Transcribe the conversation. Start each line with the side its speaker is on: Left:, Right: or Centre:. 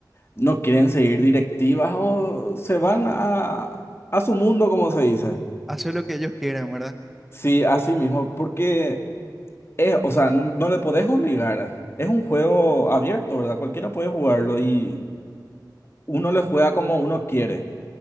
Left: no quieren seguir directivas o se van a, a su mundo, como se dice.
Centre: hacer lo que ellos quieran, ¿verdad?
Left: Sí, así mismo, porque es, o sea, no le podés obligar. Es un juego abierto, ¿verdad? Cualquiera puede jugarlo y uno le juega como uno quiere.